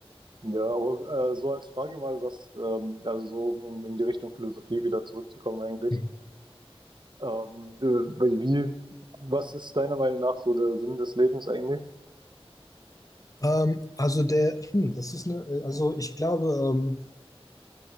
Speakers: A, on the right (about 50°); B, on the left (about 35°).
A: Ja, aber äh, so als Frage mal, was, ähm, also so um in die Richtung Philosophie wieder zurückzukommen eigentlich.
B: Mhm.
A: Ähm, äh, wie, was ist deiner Meinung nach so der Sinn des Lebens eigentlich?
B: Ähm, also der, hm, das ist eine, also ich glaube, ähm,